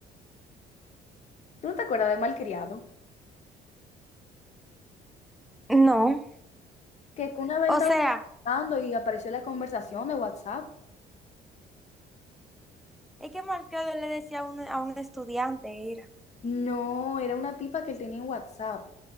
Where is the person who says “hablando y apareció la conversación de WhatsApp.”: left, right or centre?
Left